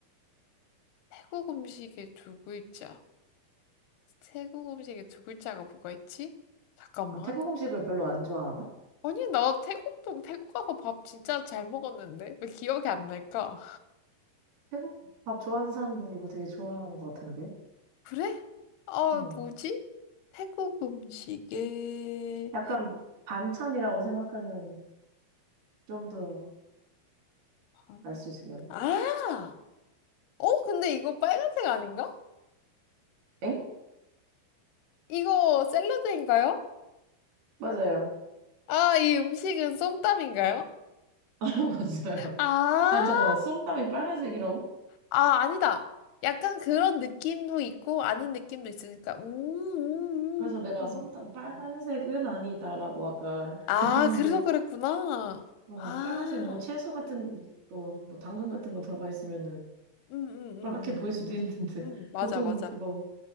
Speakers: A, on the left; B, on the right.
A: 태국 음식의 두 글자 태국 음식의 두 글자가 뭐가 있지? 잠깐만
B: 아, 태국 음식을 별로 안 좋아하나?
A: 아니 나 태국도 태국 가서 밥 진짜 잘 먹었는데 왜 기억이 안 날까?
B: 태국 밥 좋아하는 사람들이 이거 되게 좋아하는 것 같은데.
A: 그래? 아
B: 응.
A: 뭐지? 태국 음식에
B: 약간 반찬이라고 생각하면 좀 더
A: 음.
B: 알 수 있으려나?
A: 아! 어, 근데 이거 빨간색 아닌가?
B: 엥?
A: 이거 샐러드인가요?
B: 맞아요.
A: 아, 이 음식은 쏨땀인가요?
B: <laughs> 맞아요.
A: 아,
B: 아, 잠깐만. 쏨땀이 빨간색이라고?
A: 아, 아니다. 약간 그런 느낌도 있고, 아닌 느낌도 있으니까. 음, 음,
B: 그래서 내가
A: 음. 음.
B: 쏨땀 빨간색은 아니다라고 아까
A: 아,
B: <laughs> 했는데
A: 그래서 그랬구나.
B: 맞아.
A: 아,
B: 빨간색 뭐 채소 같은 거, 뭐 당근 같은 거 들어가 있으면은
A: 음, 음, 음,
B: 빨갛게 보일
A: 음,
B: 수도 있는데
A: 음. 음,
B: <laughs>
A: 맞아,
B: 보통
A: 맞아.
B: 그거